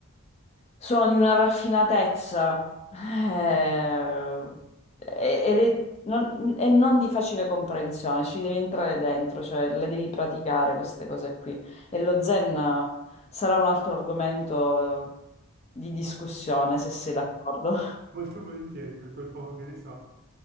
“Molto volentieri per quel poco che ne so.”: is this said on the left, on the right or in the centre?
Right